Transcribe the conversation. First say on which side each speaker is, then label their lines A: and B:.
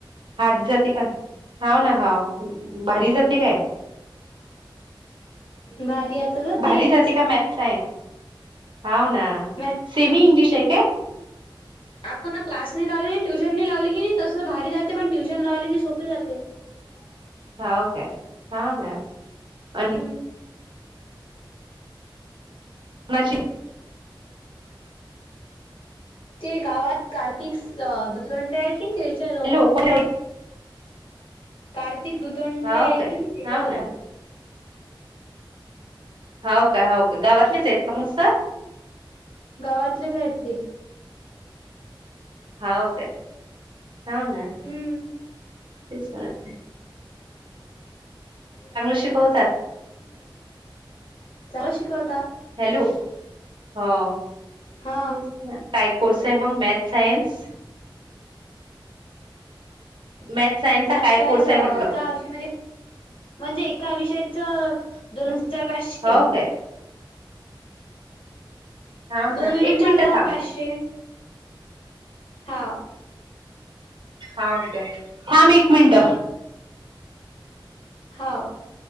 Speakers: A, on the right (about 70°); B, on the left (about 80°).
A: हारड जाते का हा ना हा भारी जाते काय
B: भारी आता जातेच
A: भारी जाते का मॅथस आहे हाव
B: <unintelligible>
A: ना सेमी इंग्लिश आहे काय
B: कुठ क्लास नाही लावलेली ट्यूशन नाही लावली की नाही तसचं भारी जाते पण ट्युशन लावली की सोपी जाते. <unintelligible>
A: हावं का हा काय? आणि
B: हम्म
A: णाची?
B: ते गावात कार्तिक सं अ दुचंड्या हाय. की तेच्याजवळ
A: लोक
B: कार्तिक दुतोंडे
A: हाव
B: हाय
A: काय
B: कीनय तेच्याजवळ.
A: हाव ना हाव का हाव का गावातलेच आहेत का मंग सर
B: गावातलेच आहेत ते.
A: हावं काय हाव ना
B: हम्म
A: तेच वारत ये.
B: <unintelligible>
A: शिकवतात
B: चला शिकवता
A: हॅलो हो
B: हा
A: ते काय कोर्स आहे मग मॅथ सायन्स ह
B: ब
A: मॅथ सायन्सचा
B: मॅस
A: काय
B: सायन्स
A: कोर्स आहे
B: एकाषय
A: म्हटलं
B: म्हणजे म्हणजे एका विषय दोन हजार पाचशे
A: हो काय हाव ना
B: दोन मिळून
A: एक मिनिटं
B: चार हजार
A: थांब
B: पाचशे हा
A: हाके थांब एक मिनट
B: हा